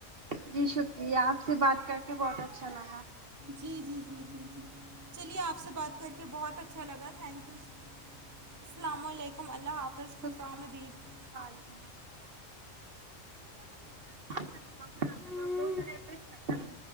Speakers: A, on the right; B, on the right.
A: جی شکریہ آپ سے بات کر کے بہت اچھا لگا
B: جی جی جی جی جی چلیے آپ سے بات کر کے بہت اچھا لگا تھینک یو السلام علیکم اللہ حافظ خوس
A: شکریہ
B: آمدید
A: وعلیکم السلام <inaudible>